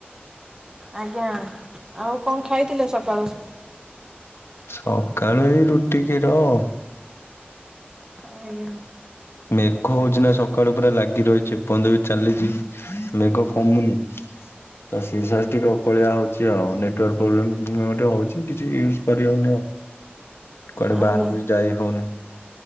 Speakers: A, on the right (about 15°); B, on the left (about 85°).
A: ଆଜ୍ଞା। ଆଉ କଣ ଖାଇଥିଲେ ସକାଳୁ?
B: ସକାଳୁ ଏଇ ରୁଟି କ୍ଷୀର ଆଉଁ।
A: ଆଜ୍ଞା।
B: ମେଘ ହଉଚିନା ସକାଳୁ ପୁରା ଲାଗି ରହିଚି ଏପର୍ଯ୍ୟନ୍ତ ବି ଚାଲିଚି। ମେଘ କମୁନି। ତ ସେଇ ସକାଶେ ଟିକେ ଅକଳିଆ ହଉଚି ଆଉ ନେଟୱାର୍କ ପ୍ରୋବ୍ଲେମ ଟିକେ ହଉଚି କିଛି ୟୁଜ୍ କରିହଉନି ଆଉ।
A: <inaudible>
B: କୁଆଡେ
A: ହଁ
B: ବାହାରକୁ
A: ହଁ
B: ବି ଯାଇ ହଉନି